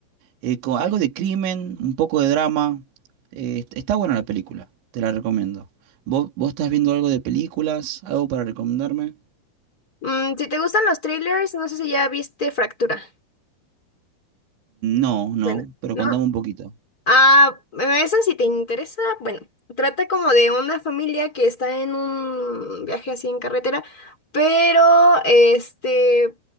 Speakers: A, on the right (about 75°); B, on the left (about 20°).
A: eh, co- algo de crimen, un poco de drama. Eh, est- está buena la película, te la recomiendo. ¿Vos, vos estás viendo algo de películas? ¿Algo para recomendarme?
B: Mm, si te gustan los thrillers, no sé si ya viste Fractura.
A: No, no,
B: Bueno,
A: pero
B: ¿no?
A: contame un poquito.
B: Ah, esa si te interesa, bueno, trata como de una familia que está en un viaje así en carretera, pero este